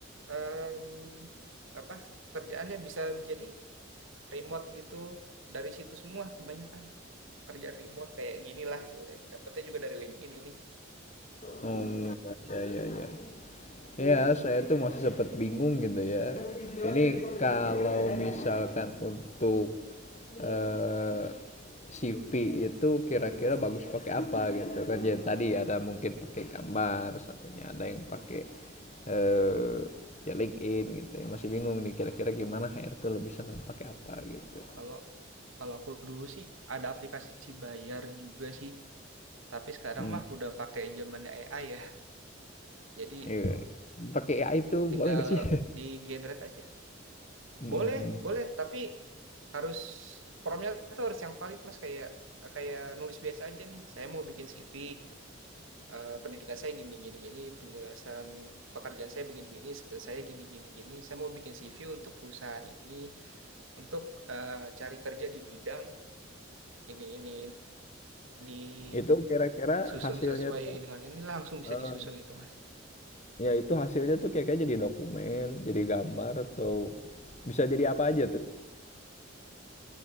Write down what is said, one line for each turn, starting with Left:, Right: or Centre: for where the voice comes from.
Right: em, apa kerjaannya bisa jadi remote gitu dari situ semua kebanyakan kerjaan remote kayak gini lah istilahnya. Dapatnya juga dari LinkedIn ini.
Left: Oh, ya ya ya. Ya, saya tuh masih sempat bingung gitu ya. Ini kalau misalkan untuk eh, CP itu kira-kira bagus pakai apa gitu kan? Ya tadi ada mungkin pakai gambar, satunya ada yang pakai eh ya LinkedIn gitu. Ya, masih bingung nih kira-kira gimana HR tuh lebih seneng pakai apa gitu.
Right: Kalau kalau aku dulu sih ada aplikasi bayar juga sih, tapi sekarang
Left: Hmm.
Right: mah udah pakai zamannya AI ya. Jadi
Left: Iya. Pakai AI itu boleh
Right: tinggal
Left: gak sih? <laughs>
Right: di generate aja.
Left: Mm-mm.
Right: Boleh, boleh, tapi harus promnya tuh harus yang valid Mas kayak kayak nulis biasa aja nih. Saya mau bikin CV, eh, pendidikan saya gini gini gini, penjelasan pekerjaan saya begini gini, skill saya gini gini gini. Saya mau bikin CV untuk perusahaan ini, untuk eh, cari kerja di bidang ini ini ini. disusun
Left: Itu kira-kira hasilnya
Right: sesuai
Left: tuh
Right: dengan ini langsung bisa
Left: Eh,
Right: disusun itu Mas.
Left: ya itu hasilnya tuh kayak kayak jadi dokumen, jadi gambar atau bisa jadi apa aja tuh.